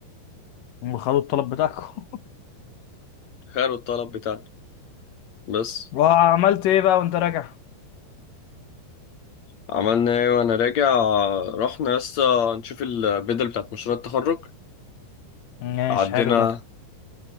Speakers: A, on the left; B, on the left.
A: هم خدوا الطلب بتاعكم
B: خيروا الطلب بتاعنا بس
A: <laughs> وعملت ايه بقى وانت راجع
B: عملنا ايه وانا راجع رحنا لسه نشوف البدل بتاعت مشروع التخرج
A: ماشي
B: عدينا
A: حلو ده